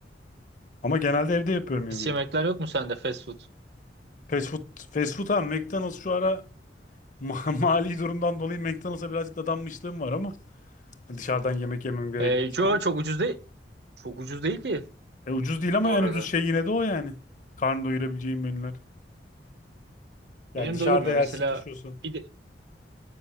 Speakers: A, on the left; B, on the right.
A: Ama genelde evde yapıyorum yemeği.
B: Hiç yemekler yok mu sende fast food?
A: Fast food, fast food ha McDonald's şu ara ma- <laughs> mali durumdan dolayı McDonald's'a birazcık dadanmışlığım var ama Hani Dışarıdan yemek yemem gerektiği
B: Ee,
A: zaman.
B: yo, çok ucuz değil. Çok ucuz değil ki
A: E, ucuz değil ama
B: bu arada.
A: en ucuz şey yine de o yani. Karnı doyurabileceğin menüler. Yani
B: Benim
A: dışarıda
B: doyurmuyor.
A: yer
B: Mesela
A: sıkışıyorsun.
B: pide,